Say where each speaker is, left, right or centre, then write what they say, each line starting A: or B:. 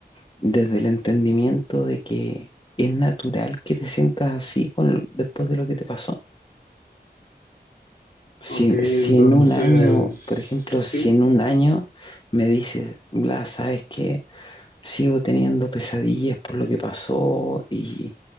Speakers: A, on the left; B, on the left.
A: desde el entendimiento de que es natural que te sientas así con, después de lo que te pasó. Si,
B: ok, entonces,
A: si en un año, por ejemplo, si
B: sí.
A: en un año me dices, Blas, ¿sabes qué? Sigo teniendo pesadillas por lo que pasó y